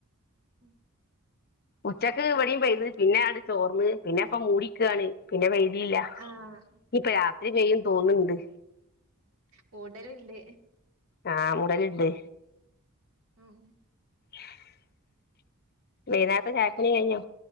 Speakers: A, on the right; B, on the left.
A: ഉം
B: ഉച്ചക്ക് ഇവടിയും പെയ്ത് പിന്നെ ആണ്ട് ചോർന്ന് പിന്നെ ഒക്കെ മൂടിക്കാണ് പിന്നെ പെയ് തില്ല
A: ആഹ്
B: ഇനിയിപ്പ രാത്രി പെയ്യും ന്ന് തോന്നുണ് ണ്ട്
A: മൂടലുണ്ട്
B: ആഹ് മൂടലുണ്ട്
A: ഓഹ്
B: <unintelligible> വൈന്നാരത്തെ ചായപ്പണി കഴിഞ്ഞൊ